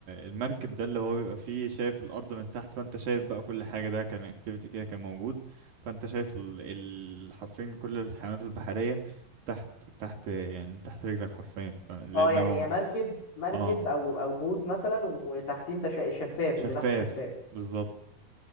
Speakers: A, on the right; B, on the left.
A: المركب ده اللي هو بيبقى فيه شايف الأرض من تحت فأنت شايف بقى كل حاجة ده كان اكتيفيتي كده كان موجود فأنت شايف ال- ال- حرفيا كل الحيوانات البحرية تحت تحت يعني تحت رجلك حرفيا ف- لأنه
B: اه يعني
A: هو
B: هي مركب مركب
A: اه
B: او او بوت مثلا وتحتيه انت شا- شفاف
A: شفاف
B: اللي تحت شفاف
A: بالظبط